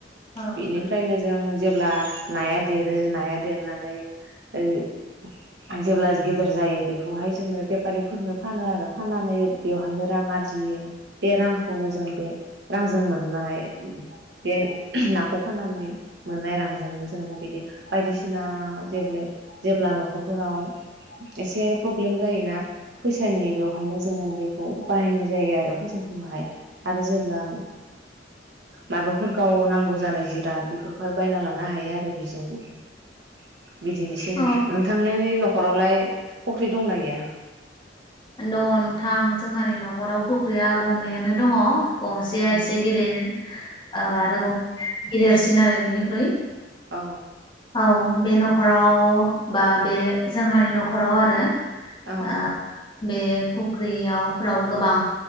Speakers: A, on the left (about 25°); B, on the right (about 65°).
A: औ
B: बेनिफ्रायनो जों जेब्ला नाया दे देरो नाया देरनानै ओइ जेब्ला गेदेर जायो बेखौहाय जोङो बेफारिफोरनो फानो आरो फाननानै बेवहायनो रां आरजियो बे रांखौनो जों बे रांजों मोननाय बे नाखौ फाननानै मोननाय रांजोंनो जोङो बिदि बायदिसिना जे-जेब्ला न'खरफोराव एसे प्रब्लेम जायोना फैसानि बेवहायनो जोङो बेखौ बाहायनाय जायो आरो फैसाखौहाय । जेब्ला माबाफोर गावनांगौ गौ जानाय जिराद बेफोरखौहाय बायना लानो हायो आरो बेजों । बिदिनोसै
A: औ
B: नोंथा नोंथांनि न'खरावलाय फख ख्रि दंना गैया?
A: दङ नोंथां जोंहानि न'खराव। फुख्रिया गंनैयानो दङ । गंसेया
B: औ
A: इसे गिदिर ओ
B: औ
A: आरो गंसे गिदेरसिन आरो बेनिख्रुइ
B: औ।
A: औ बे न'खराव बा बे जोंहानि न'खराव आरो।
B: औ
A: आ बे फुख्रियावफ्राव गोबां